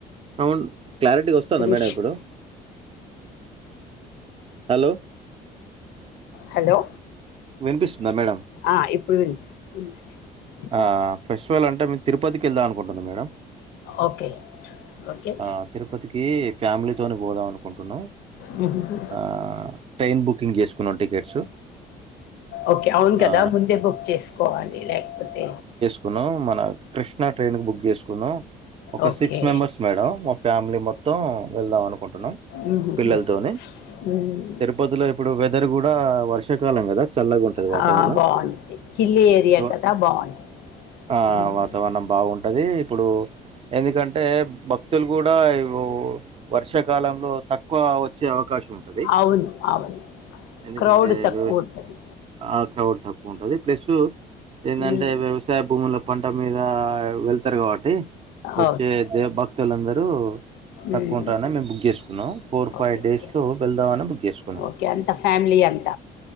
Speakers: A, on the right; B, on the left.
A: సౌండ్ క్లారిటీ వస్తుందా
B: ఒక్క నిమిషం
A: మేడం ఇప్పుడు హలో
B: హలో
A: వినిపిస్తుందా మేడం
B: ఆ ఇప్పుడు వినిపిస్తుంది చెప్పండి
A: ఆ ఫెస్టివల్ అంటే మేము తిరుపతికి వెళ్దాం అనుకుంటున్నాం మేడం
B: ఓకే ఓకే
A: ఆ తిరుపతికి ఫ్యామిలీ తోనె పోదాం అనుకుంటున్నాం
B: మ్ హుహు
A: ఆ ట్రైన్ బుకింగ్ చేసుకున్నాం టికెట్స్
B: ఓకే అవును కదా
A: ఆ
B: ముందే బుక్ చేసుకోవాలి లేకపోతే
A: కున్నాం మన కృష్ణ ట్రైన్ కి బుక్ చేసుకున్నాం ఒక
B: ఓకే
A: సిక్స్ మెంబర్స్ మేడం మా ఫ్యామిలీ మొత్తం వెళ్దాం అనుకుంటున్నాం
B: ఉహు
A: పిల్లలతోని
B: హు మ్
A: తిరుపతిలో ఇప్పుడు వెదర్ కూడా వర్షాకాలం కదా చల్లగ ఉం టది వాతావరణం
B: ఆ, బాగుంటుంది హిల్ ఏరియా
A: వా
B: కదా బాగుంటుంది
A: ఆ
B: మ్మ్.
A: వాతావరణం బాగుం అది ఇప్పుడు ఎందుకంటే భక్తులు కూడా ఇపు వర్షాకాలంలో తక్కువ వచ్చే అవకాశం ఉంటది
B: అవును అవును
A: ఎందుకంటే
B: క్రౌడ్ తక్కువ
A: వ్యవ
B: ఉంటది
A: ఆ క్రౌడ్ తక్కువ ఉంటది ప్లసు ఎందంటే
B: మ్మ్.
A: వ్యవసాయ భూముల పంట మీద వెళ్తారు కాబట్టి వచ్చే
B: అవును
A: దే భక్తులందరూ తక్కువ
B: మ్మ్.
A: ఉంటారనే మేము బుక్ చేసుకున్నాం ఫోర్ ఫైవ్
B: ఓకే
A: డేస్లో
B: ఓకే
A: వెళ్దాం అని బుక్ చేసుకున్నాం
B: ఓకే అంత ఫ్యామిలీ అంత